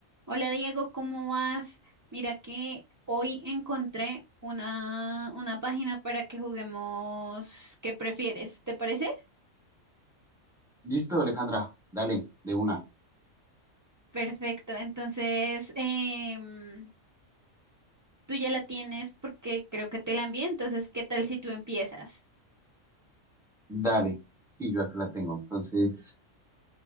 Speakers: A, on the right (about 30°); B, in the centre.
A: Hola Diego, ¿cómo vas? Mira que hoy encontré una, una página para que juguemos ¿qué prefieres? ¿Te parece?
B: Listo, Alejandra, dale, de una,
A: Perfecto, entonces em, tú ya la tienes porque creo que te la envié, entonces ¿qué tal si tú empiezas?
B: dale. Sí, yo acá la tengo. Entonces,